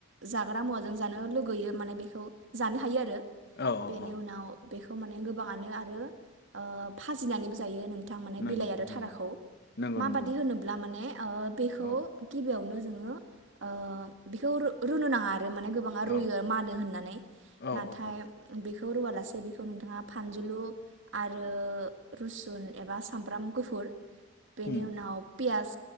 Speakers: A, on the right; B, on the left.
A: जाग्रा मुवाजों जानो लुगैयो माने बेख औ जानो हायो आरो।
B: औ औ
A: बेनि
B: औ
A: उनाव। बेखौ माने गोबाङानो आरो ओ फाजिनानैबो जायो नों थां माने
B: नंगौ
A: बिलाइ आरो
B: नंगौ
A: थाराखौ
B: नंगौ
A: माबादि
B: नंगौ
A: होनोब्ला माने ओ बेखौ
B: औ
A: गिबियावनो जोङो ओ बिखौ रु-रुनो नाङा आरो माने गोबाङा
B: औ
A: रुयो मानो होननानै। नाथाय
B: औ औ
A: बेख खौ रुवालासे बेखौ नोंथाङा फानजुलु आरो रुसुन एबा सामब्राम गुफुर। बेनि
B: उम
A: उनाव पियास